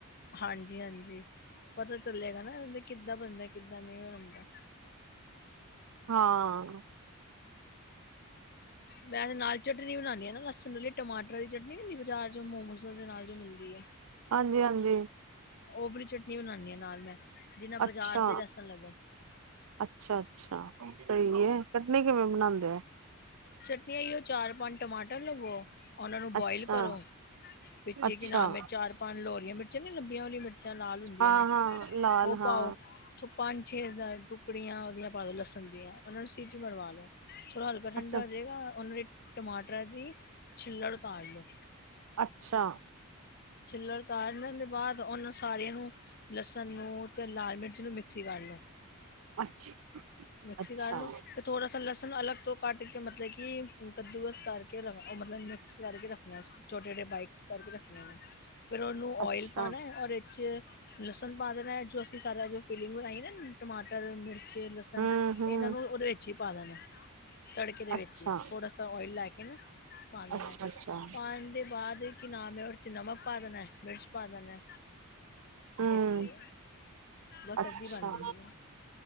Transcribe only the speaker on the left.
ਹਾਂਜੀ ਹਾਂਜੀ ਪ ਪਤਾ ਚਲੇਗਾ ਨਾ ਕਿੱਦਾਂ ਬਣਦਾ ਕਿੱਦਾਂ ਨਹੀਂ ਬਣਦਾ।
ਮੈਂ ਤੇ ਨਾਲ ਚਟਨੀ ਬਣਾਨੀ ਆ ਨਾ ਲਸਣ ਆਲੀ। ਟਮਾਟਰਾਂ ਦੀ ਚਟਨੀ ਨੀ ਮਿਲਦੀ ਬਾਜ਼ਾਰ ਚ ਜੇ ਮੋਮੋਸ ਦੇ ਨਾਲ ਜੋ ਮਿਲਦੀ ਏ।
ਓਵਰੀ ਚਟਨੀ ਬਣਾਨੀ ਆਾਂ ਨਾਲ ਮੈਂ। ਜਿਨਾ
ਬਾਜ਼ਾਰ ਦੇ ਲਸਣ ਲੱਗਣ
ਚਟਨੀ ਐਈ ਉਹ ਚਾਰ ਪੰਜ ਟਮਾਟਰ ਲਵੋ। ਉਹਨਾਂ ਨੂੰ ਬੋਇਲ
ਕਰੋ ਵਿਚੇ
ਕੀ ਨਾਮ ਏ ਚਾਰ ਪੰਜ ਲੋਰੀਆਂ ਮਿਰਚਾਂ ਨੀ ਲੰਬੀਆਂ ਵਾਲੀਆਂ ਮਿਰ ਮੀਰਚਾਂ ਨਾਲ ਹੁੰਦੀਆਂ
ਨੇ
ਉਹ
ਪਾਓ। ਛ ਪੰਜ ਛੇ ਸਤ ਟੁਕੜੀਆਂ ਉਹਦੀਆਂ ਪਾ ਲੋ ਲਸਣ ਦੀਆਂ ਉਹਨਾਂ ਨੂੰ ਸੀਟੀ ਮਰਵਾ ਲੋ। ਥੋਡਾ ਹਲਕਾ ਠੰਢਾ
ਹੋ ਜਾਏਗਾ ਉਹਨਾਂ ਦੇ ਟਮਾਟਰਾਂ ਦੀ ਛਿੱਲੜ ਉਤਾਰ ਲਓ।
ਛੀਲਰ ਉਤਾਰਨ ਦੇ ਬਾਅਦ ਉਹਨਾਂ ਸਾਰਿਆਂ ਨੂੰ ਲਸਣ ਨੂੰ ਤੇ ਲਾਲ ਮਿਰਚ ਨੂੰ ਮਿਕਸੀ ਕਰ ਲੋ।
ਮਿਕਸੀ
ਕਰਲੋ ਤੇ ਥੋੜਾ ਲਸੁਨ ਅਲਗ ਤੋਂ ਕਟ ਕੇ ਮਤਲਬ ਕੀ ਕੱਦੂਕਸ ਕਰਕੇ ਰ ਮਤਲਬ ਮਿਕ੍ਸ ਕਰਕੇ ਰੱਖਣੇ। ਛੋਟੇ ਛੇਟੇ ਬਾਈਟਸ ਕਰਕੇ ਰੱਖਣੇ ਨੇ ਫਿਰ ਉਹਨੂੰ
ਓਇਲ ਪਾਣਾ ਹੈ ਓਥੇ ਚ ਲਸਣ ਪਾ ਦੇਣਾ ਹੈ ਜੋ ਅਸੀਂ ਸਾਰਾ ਏ ਫੀਲਿੰਗ ਬਣਾਇ ਏ ਨਾ ਟਮਾਟਰ ਮਿਰਚ ਲਸਣ
ਇਹਨਾਂ ਨੂੰ ਉਹਦੇ ਵਿੱਚ ਹੀ ਪਾ ਦੇਣਾ। ਤੜਕੇ ਦੇ ਵਿੱਚ
ਹੀ ਥੋੜਾ ਸ ਓਇਲ ਲੈ ਕੇ ਨਾ ਪਾ ਦੇਣਾ
ਪਾਣ ਦੇ ਬਾਅਦ ਕੀ ਨਾਮ ਹੈ ਉਹਦੇ ਚ ਨਮਕ ਪਾ ਦੇਣਾ ਮਿਰਚ ਪਾ ਦੇਣਾ
ਇਸ ਲਈ ਬਸ
ਅਧੀ ਬਣ ਜਾਂਦੀ ਆ